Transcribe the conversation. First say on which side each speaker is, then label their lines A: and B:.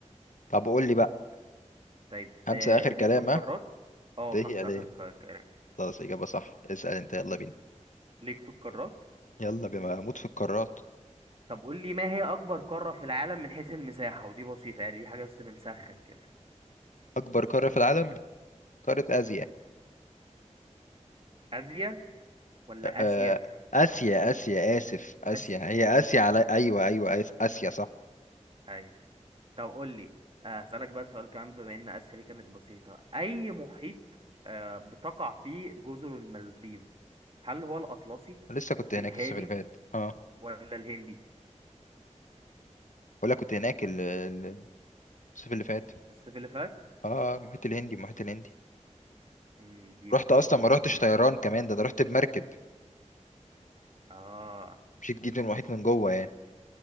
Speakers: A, on the left; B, on the right.
A: طب قول لي بقى
B: طيب
A: خمسة
B: آه
A: اخر
B: ليك
A: كلام
B: في القارات
A: ها
B: اه
A: ده
B: خمسه
A: هي ليه
B: اخر ك- كلام
A: خلاص اجابة صح اسأل انت يلا
B: ليك
A: بينا
B: ليك في القارات
A: يلا بما اموت في القارات
B: طب قول لي ما هي اكبر قاره في العالم من حيث المساحه ودي بسيطه يعني دي حاجه بس بنسخن كده
A: اكبر قارة في العالم قارة اسيا
B: امم اسيا ولا
A: آه
B: اسيا
A: اسيا اسيا اسف اسيا
B: اسيا
A: هي اسيا على ايوه ايوه آس- اسيا صح
B: ايوه طب قول لي آه، هسألك بقى سؤال كمان بما ان اسيا دي كانت بسيطة اي محيط آه، بتقع فيه جزر المالديف هل هو الاطلسي
A: لسه كنت هناك
B: الهادي
A: الصيف اللي فات اه
B: ولا الهندي
A: ولا كنت هناك ال- ال- الصيف اللي فات
B: السلفات
A: اه المحيط الهندي المحيط الهندي
B: مم، دي بسيطة
A: رحت اصلا
B: دي
A: ما رحتش
B: كده
A: طيران كمان ده انا رحت بمركب
B: اه
A: مشيت جيت من المحيط من جوه يعني